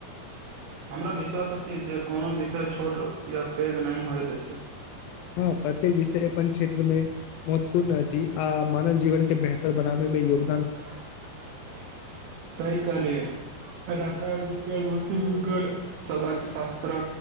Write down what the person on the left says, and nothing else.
हँ प्रत्येक विषय अपन क्षेत्र मे महत्वपूर्ण अछि आ मानव जीवन के बेहतर बनाबे मे योग।